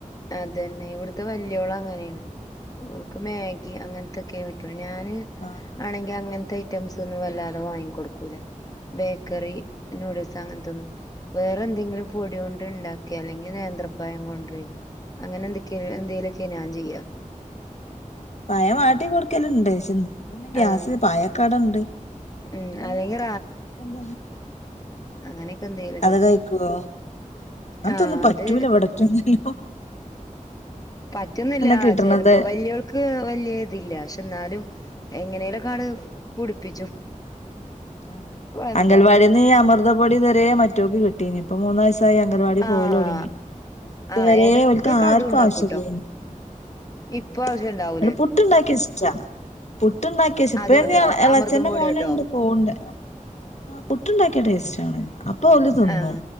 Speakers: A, on the left (about 25°); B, on the left (about 55°).
A: അതന്നെ ഇവിടുത്തെ വല്ിയോളം അങ്ങനെയാണ് ഇവിടുക്ക് മാഗി അങ്ങനത്തെ ക്കേ വെക്കണ് ഞാന്
B: ആ
A: ആണെങ്കി അങ്ങനത്തെ ഐറ്റംസ് ഒന്നും വല്ലാതെ വാങ്ങി കൊടുക്കൂല ബേക്കറി നൂഡിൽസ് അങ്ങനെ തൊന്നും വേറെ എന്തെങ്കിലും പൊടിയണ്ട് ഉണ്ടാക്കിയ അല്ലെങ്കിൽ നേന്ത്രപായം കൊണ്ട അങ്ങനെ എന്തൊക്ക എന്തലൊക്കെ ഞാൻ ചെയ്യാം
B: പയം വാട്ടി കൊടുക്കലുണ്ട് ഇന്നെ ഗ്യാസ്
A: ആഹ്
B: പായക്കാട്ണ്ട് പിന്നെ
A: ഉം അല്ലെങ്കിൽ
B: എന്ത
A: അങ്ങനെയൊെ എന്ത ലും
B: അത് കഴിക്കുവോ അങ്ങനത്തൊ
A: ആഹ്
B: ഒന്നും പറ്റൂല
A: അത്
B: എവിടക്ക ഒന്നോ
A: പറ്റുന്നില്ല
B: കിട്ടണത്
A: ചെലപ്പോ വലിയ ക്ക് വലിയ ഇതില്ല പക്ഷെ എന്നാലും എങ്ങനെല കാാട് കുടിപ്പിച്ചു
B: ആ
A: എന്താ
B: അംഗൽവാടിൽ നിന്ന് ഈ അമൃതപൊടി തരെ മറ്റോക്ക് കിട്ടീനി ഇപ്പ മൂന്നാഴ് അംഗൽവാടി
A: ആഹ്
B: പോല തുടങ്ങി ഇതുവരെ
A: ആഹ് എടക്കൊക്കെ
B: വലത്ത ആർക്കും
A: അതും ഉണ്ടാക്കൂട്ടോ
B: ആവശ്യമായി ആ
A: ഇപ്പൊ ആവശ്യം ഉണ്ടാവൂലേ
B: അ പുട്ടുണ്ടാക്കി ഇഷ്ട പുട്ടുണ്ടാക്കി ശ ഇപ്പ
A: അതോട്ടോ
B: ഇളച്ചന്റെ
A: അമൃതം പൊടിയോട്ടോ
B: മോനുണ്ട് പോവണ്ട് ആ പുട്ടുണ്ടാക്കിയ ടേസ്റ്റ് ആണ് അപ്പൊ അവഓല് തിന്നും
A: ആഹ്